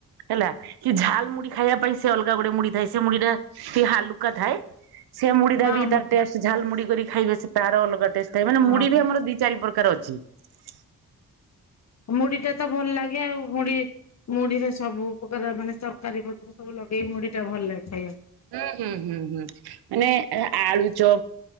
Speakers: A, on the right; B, on the left.
A: ହେଲା କି ଝାଲ ମୁଢ ଖାଇବା ପାଇଁ ସେ ଅଲଗା ଗୁଟେ ମୁଢ ଥାଏ ସେ ମୁଢ ଟା ଟିକେ ହାଲୁକା ଥାଏ। ସେ ମୁଡ଼ି
B: ହଁ
A: ବି ତା
B: ମୁଢି
A: ଟେଷ୍ଟ ମୁଡି କରି ଖାଇବେ ସେ ତାର ଅଲଗା ଟେଷ୍ଟ ତ ମାନେ ମୁି
B: ହଁ
A: ବି ଆମର ଦି ଚାରି ପ୍ରକାର ଅଛି। <unintelligible>
B: ମୁଢି ଟା ତ ଭଲ ଲାଗେ ଆଉ ମୁଢ଼ି ମୁଢିରେ ସବୁ ଉପକାର ମାନେ ତରକାରୀ ପତ୍ର ସବୁ ଲଗେଇକି ମୁଢି ଟା ଭଲ ଲାଗେ ଖାଇବାକୁ।
A: ହୁଁ ହୁଁ ହୁଁ ହୁଁ ମାନେ ଆ ଆଳୁ ଚପ୍